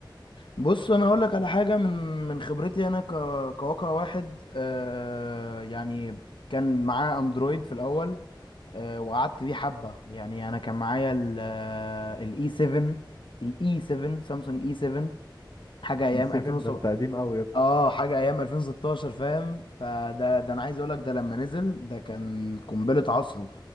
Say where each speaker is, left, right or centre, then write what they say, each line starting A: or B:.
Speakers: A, on the left; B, on the left.
A: بص انا هقول لك على حاجة من من خبرتي انا ك... كواقع واحد آه يعني كان معاه اندرويد في الاول آه وقعدت بيه حبة يعني انا كان معايا ال الاي 7 الاي 7 سامسونج اي 7 حاجة ايام
B: اي 7
A: 2007
B: ده انت قديم قوي
A: اه حاجه ايام 2016 فاهم فده ده انا عايز اقول لك ده لما نزل ده كان قنبله عصره